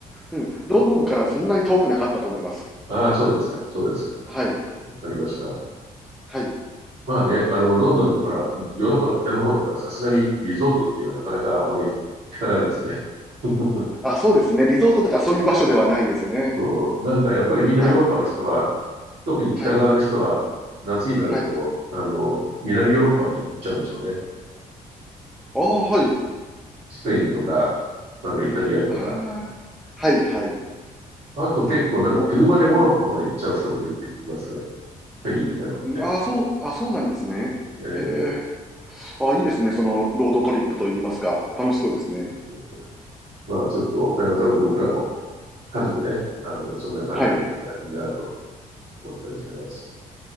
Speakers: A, in the centre; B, on the right.
A: うん。ロンドンからそんなに遠くなかったと思います。
B: ああ、そうですか。そうですか。
A: はい。
B: わかりました。
A: はい。
B: まあね、あの、ロンドンってほら、ヨーロッパの北の方だから、さすがにリゾートっていうのはなかなかあまり聞かないですね。<laughs>
A: あ、そうですね。リゾートとかそういう場所ではないですよね。
B: そう。なんかやっぱりみんなヨーロッパの人は、
A: はい。
B: 特に北側の人は夏になると、
A: はい。はい。
B: あの、南ヨーロッパに行っちゃうんでしょうね。
A: ああ、はい。
B: スペインとか、あの、イタリアとか。
A: ああ、はい、はい。
B: あと結構なんか車でモロッコまで行っちゃう人もいるって聞きますね。
A: その、うん。
B: フェリーとかに乗って。
A: ん、あ、そうあ、そうなんですね。
B: え
A: へえ。あ、いいですね、そのロードトリップといいますか、楽しそうですね。
B: えそうそうそうまあちょっとお金を貯めて僕らも家族で、あの、そんな感じでできたらいいなと
A: はい。
B: 思ったりしてます。